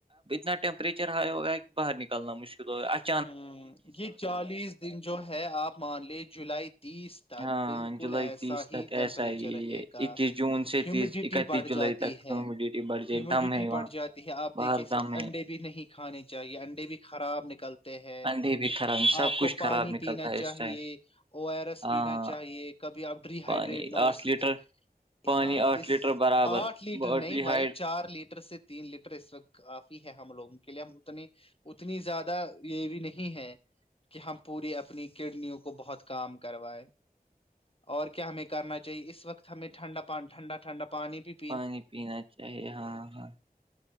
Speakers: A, on the right; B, on the left.
A: انا ٹیمپریچر ہائی ہوگا کہ باہر نکلنا مشکل ہوگا اچھا
B: ہ یہ چالیس دن جو ہے آپ مان لیے جولائی تیس تک
A: ہاں
B: بالکل
A: جولائی
B: ایسا
A: تیس تک
B: ہی ٹمپریچر
A: ایسا ہی
B: رہے
A: ہے
B: گا
A: اکیس جون سے
B: ہیومیڈیٹی
A: تیس اکتیس
B: بڑھتی
A: جولائی
B: جاتی
A: تک
B: ہے
A: ہیومیڈیٹی بڑھ جائے
B: ہیمیڈیٹی
A: دم ہے وہاں
B: بڑھ جاتی ہے آپ
A: باہر
B: دیکھیے اس
A: دم
B: وقت
A: ہے
B: انڈے بھی نہیں کھانے چاہیے انڈے بھی خراب نکلتے ہیں
A: انڈے بھی خراب سب
B: آپ کو
A: کچھ خراب
B: پانی
A: نکلتا
B: پینا
A: ہے
B: چاہیے
A: اس ٹائم
B: او ایر ایس
A: ہاں
B: پینا چاہیے کبھی آپ ڈی ہائیڈریٹ
A: پانی
B: نہ ہوکتی
A: آٹھ لیٹر پانی
B: ہاں
A: آٹھ
B: اس
A: لیٹر برابر
B: آٹھ لیٹر
A: باڈی
B: نہیں
A: ہائڈ
B: بھائی چار لیٹر سے تین لیٹر اس وق کافی ہے ہم لوگوں کے لیے ہم اتنی اتنی زیادہ یہ بھی نہیں ہے کہ ہم پوری اپنی کڈنیوں کو بہت کام کروائے اور کیا ہمیں کرنا چاہیے اس وقت ہمیں ٹھنڈا پ ٹھنڈا ٹھنڈا پانی پ
A: پانی پینا چاہیے ہاں ہاں